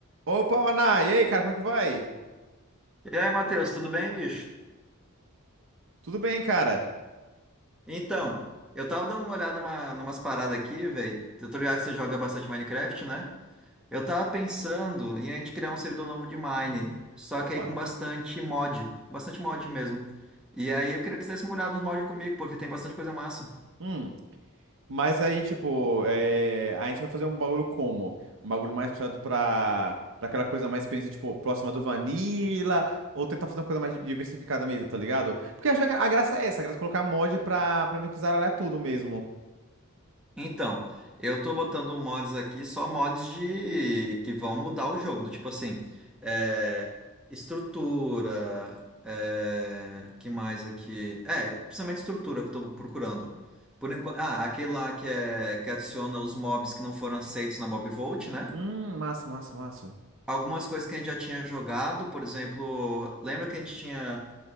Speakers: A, on the right; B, in the centre.
A: Opa, Ana! E aí, cara, como é que vai?
B: E aí, Matheus, tudo bem, bicho?
A: Tudo bem, cara?
B: Então, eu tava dando uma olhada numa, numas paradas aqui, velho. Eu tô ligado que você joga bastante Minecraft, né? Eu tava pensando em a gente criar um servidor novo de Mine, só
A: Opa.
B: que aí com bastante mod, bastante mod mesmo. E aí eu queria que você desse uma olhada nos mods comigo, porque tem bastante coisa massa.
A: Hum. Mas aí, tipo, é, a gente vai fazer um bagulho como? Um bagulho mais puxado pra, pra aquela coisa mais experiência, tipo, próxima do Vanilla, ou tentar fazer uma coisa mais diversificada mesmo, tá ligado? Porque eu acho que a graça é essa, a graça é colocar mod pra, pra meio que zaralhar tudo mesmo.
B: Então, eu tô botando mods aqui, só mods de que vão mudar o jogo, do tipo assim, é, estrutura, é, que mais aqui? É, principalmente estrutura que eu tô procurando. Por enquanto, ah, aquele lá que é que adiciona os mobs que não foram aceitos na Mob Vault, né?
A: Hum, massa, massa, massa.
B: Algumas coisas que a gente já tinha jogado, por exemplo, lembra que a gente tinha